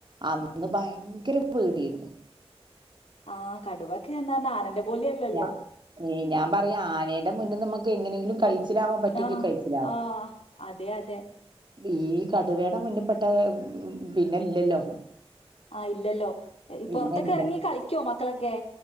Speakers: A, on the right (about 45°); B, on the left (about 70°).
A: അന്ന് ഭയങ്കര പേടിയര്ന്നു.
B: ആ കടുവക്കെർഞ്ഞാ ആനന്റെ പോലയല്ലല്ലോ
A: ഞാ ഏ ഞാൻ പറയാ ആനേന്റെ മുന്ന് ന്ന് മുക്ക് എങ്ങനെങ്കിലും കയ് ച്ചിലാവാൻ പറ്റൊങ്കി
B: ആഹ്
A: കയ്ച്ചിലാവാ
B: ആഹ് അതെ അതെ
A: ഈ കടുവേടെ മുന്ന്പ്പെട്ട പിന്നെ ഇല്ലല്ലോ
B: ആ ഇല്ലല്ലോ
A: പിന്നെ
B: പൊർത്ത്ക്ക്‌
A: ഇല്ല
B: എർങ്ങി കളിക്കോ മക്കളൊക്കെ